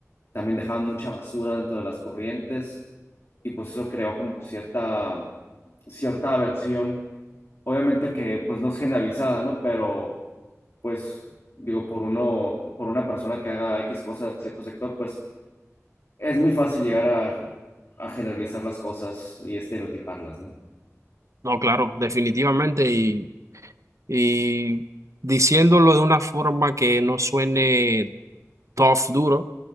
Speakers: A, on the left; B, on the right.
A: también dejaban mucha basura dentro de las corrientes y pues eso creó como cierta, cierta aversión. Obviamente que pues no es generalizada, ¿no? Pero pues digo, por uno, por una persona que haga X cosa de cierto sector, pues es muy fácil llegar a, a generalizar las cosas y estereotiparlas, ¿no?
B: No, claro, definitivamente. Y, y diciéndolo de una forma que no suene tough, duro,